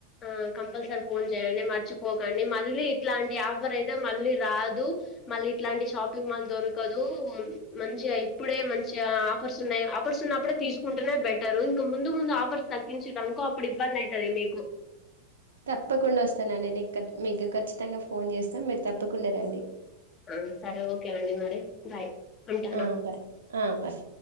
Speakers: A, on the left; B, on the right.
A: ఆ కంపల్సరీ ఫోన్ చేయండి మర్చిపోకండి మల్లి ఇట్లాంటి ఆఫరైతే మల్లి రాదు ఇలా షాపింగ్ మాల్ దొరకదు మంచిగ ఇప్పుడే మంచి ఆఫర్స్ ఉన్నాయి ఆఫర్స్ ఉన్నా ఆప్పుడు తీసుకుంటూనే బెటర్ ఇంక ముందు ముందు ఆఫర్స్ తగ్గించడానుకో అప్పుడు ఇబ్బంది అవుతుంది మీకు
B: తప్పకుండా వస్తానండి నీకు మీకు ఖచ్చితంగా ఫోన్ చేస్తాం మీరు తప్పకుండా రండి
A: ఆ సరే అండి ఓకే అండి మరి బాయ్ ఉంటాను
B: ఆ బాయ్ ఆ బాయ్